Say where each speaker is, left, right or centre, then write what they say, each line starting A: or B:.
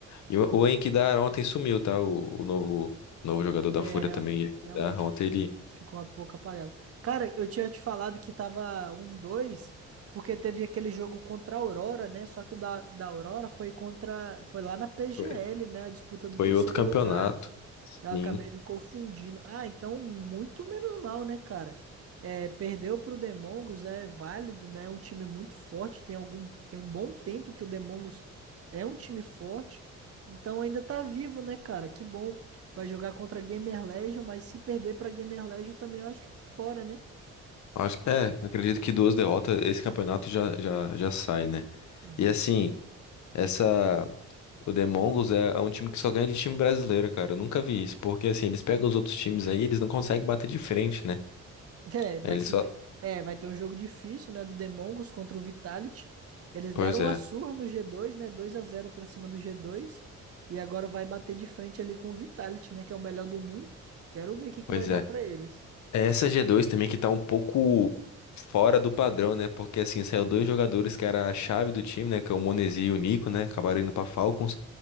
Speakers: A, on the left; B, on the right.
A: E o, o Enkidar ontem sumiu, tá? O, o novo, novo jogador da
B: É,
A: Fúria
B: real-
A: também, Enkidar.
B: realmente
A: Ontem
B: fi-
A: ele
B: ficou um pouco apagado. Cara, eu tinha te falado que tava um dois porque teve aquele jogo contra a Aurora, né? Só que o da, da Aurora foi contra. Foi lá na PGL,
A: foi
B: né? A disputa do
A: foi
B: terceiro
A: em outro campeonato.
B: lugar. Eu acabei
A: Sim.
B: me confundindo. Ah, então muito menos mal, né, cara? É, perdeu pro Demongos é válido, né? É um time muito forte. Tem algum, tem um bom tempo que o Demongos é um time forte. Então ainda tá vivo, né, cara? Que bom. Vai jogar contra a Gamer Legion, mas se perder pra Gamer Legion também eu acho que tá fora, né?
A: Acho que é, acredito que duas derrotas, esse campeonato já, já, já sai, né?
B: Exato.
A: E assim, essa. O Demongos é é um time que só ganha de time brasileiro, cara. Eu nunca vi isso. Porque assim, eles pegam os outros times aí, eles não conseguem bater de frente, né?
B: É, mas
A: Ele
B: se
A: só.
B: bem... É, vai ter um jogo difícil, né? Do Demongos contra o Vitality. Eles
A: Pois
B: deram
A: é,
B: uma surra no G2, né? dois a zero pra cima do G2. E agora vai bater de frente ali com o Vitality, né? Que é o melhor do mundo. Quero ver o que que
A: pois
B: vai dar
A: é.
B: pra eles.
A: É Essa g dois também que tá um pouco fora do padrão, né? Porque assim, saiu dois jogadores que era a chave do time, né? Que é o Monesi e o Nico, né? Acabaram indo pra Falcons.